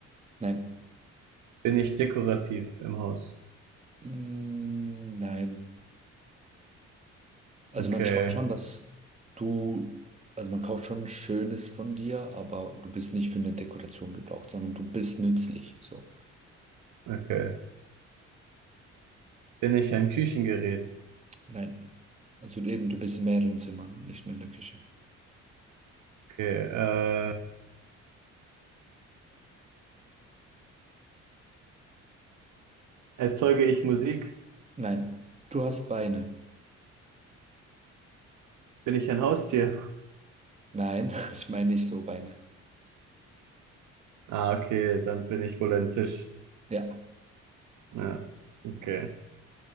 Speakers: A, on the right (about 20°); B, on the right (about 75°).
A: nein.
B: Bin ich dekorativ im Haus?
A: Mm, nein. Also
B: Okay.
A: man schaut schon, dass du, also man kauft schon Schönes von dir, aber du bist nicht für eine Dekoration gebraucht, sondern du bist nützlich. So.
B: Okay. Bin ich ein Küchengerät?
A: Nein. Also eben, du bist in mehreren Zimmern, nicht nur in der Küche.
B: Okay. Äh, erzeuge ich Musik?
A: Nein. Du hast Beine.
B: Bin ich ein Haustier?
A: Nein, <laughs> ich meine nicht so Beine.
B: Ah, okay. Dann bin ich wohl ein Tisch.
A: Ja.
B: Ja, okay.